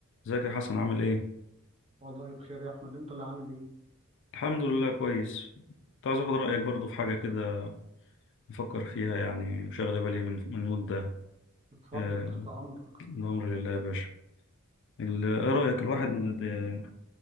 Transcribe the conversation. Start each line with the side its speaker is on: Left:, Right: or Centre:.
Left: ازيك يا حسن عامل ايه؟
Right: والله بخير يا احمد انت اللي عامل ايه
Left: الحمد لله كويس كنت عايز اخد رأيك برضو في حاجة كده بفكر فيها يعني وشاغلة بالي من من مدة
Right: اتفضل
Left: آه،
Right: تحت امرك
Left: الأمر لله يا باشا ال- ايه رأيك الواحد د-